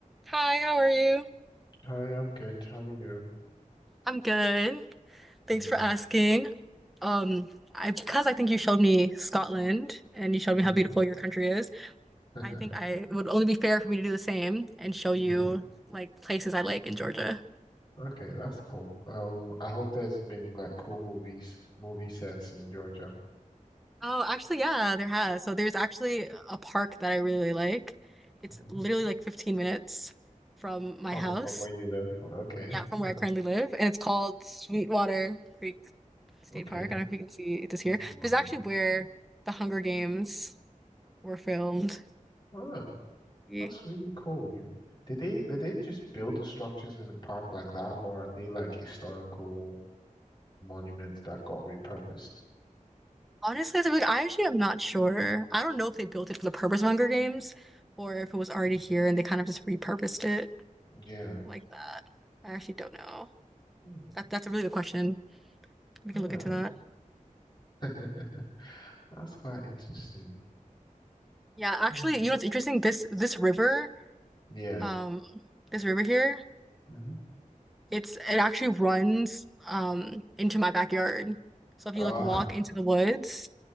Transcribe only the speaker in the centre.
Hi, how are you?
I'm good. Thanks
for asking. Um, I because I think you showed me Scotland and you showed me
how beautiful your country is,
I think I it would only be fair for me to do the same and show you
like places I like in Georgia.
Oh, actually, yeah, there has. So there's actually a park that I really like. It's
literally like 15 minutes from my
house.
Yeah, from where
I currently live, and it's called Sweetwater Creek State
Park. I don't know if you can see this here.
This is
actually where the Hunger Games were filmed.
Yeah.
Honestly, to I actually am not sure. I don't know if they built it for the purpose of Hunger Games or if it was already
here and they kind of just repurposed it
like that. I actually don't know.
That that's a really good question. We can
look into that.
Yeah, actually,
you know what's interesting? This this river,
um, this river here,
it's it actually runs um into my backyard. So if you
like walk into the woods